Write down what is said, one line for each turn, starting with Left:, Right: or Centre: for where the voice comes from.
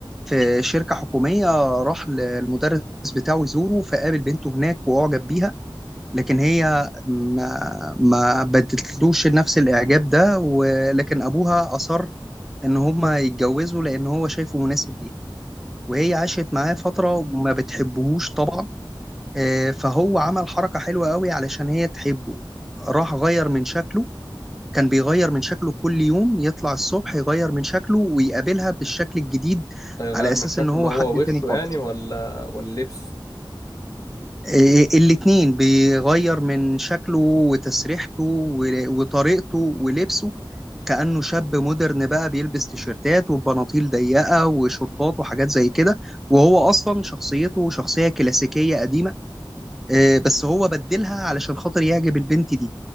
Centre: في شركة حكومية راح للمدرس بتاعه يزوره فقابل بنته هناك وأعجب بيها لكن هي ما ما بدتلوش نفس الإعجاب ده ولكن أبوها أصر إن هما يتجوزوا لأن هو شايفه مناسب ليها وهي عاشت معاه فترة وما بتحبهوش طبعا آه، فهو عمل حركة حلوة قوي علشان هي تحبه راح غير من شكله كان بيغير من شكله كل يوم يطلع الصبح يغير من شكله ويقابلها بالشكل الجديد
Left: هيغير
Centre: على أساس
Left: من شكله
Centre: إن هو
Left: اللي هو
Centre: حد
Left: وشه
Centre: تاني خالص
Left: يعني ولا ولا لبس
Centre: آه، الاتنين بيغير من شكله وتسريحته و- وطريقته ولبسه كأنه شاب مودرن بقى بيلبس تيشيرتات وبناطيل ضيقة وشورتات وحاجات زي كده وهو أصلا شخصيته شخصية كلاسيكية قديمة آه، بس هو بدلها علشان خاطر يعجب البنت دي